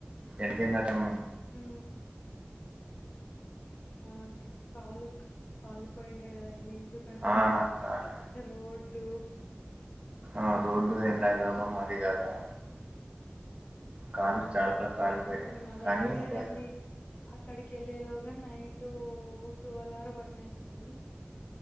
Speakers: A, on the right; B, on the left.
A: ఎండ కి
B: ఆ అవునండి కాలు కలుిపోయింటే కదండి ఎందుకు
A: ఆ కాలి
B: రోడ్డు
A: ఆ రోడ్ ఎండ కాలంఅరిగాదా కాలు
B: ఆ
A: చాలా కాలిపోయాయి
B: మేము అలా
A: కానీ
B: ఏం
A: ఇంకా
B: లేదండి అక్కడికి వెళ్ళేలోగా నైట్ ట్వోల్ఆర్ వన్ అయింది